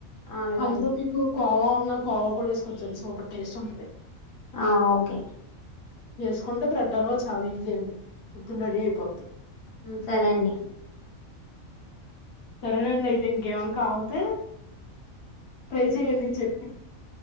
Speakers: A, on the left; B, on the left.
A: అలాగే
B: అందులో
A: అండి
B: మీకు కోవా ఉన్నా కోవా కూడా వేసుకోవచ్చాను సోపటి టేస్ట్ ఉంటంది
A: ఆ ఓకే
B: చేేసుకుంటే బ్రెడ్డర్ల్లో చాలా ఈజీ అండి మొత్తం రెడీ అయిపోద్ది
A: సరే అండి
B: సరేనండి అయితే ఇంకేమన్నా కావాలతే ట్రై చెయండి చెప్పి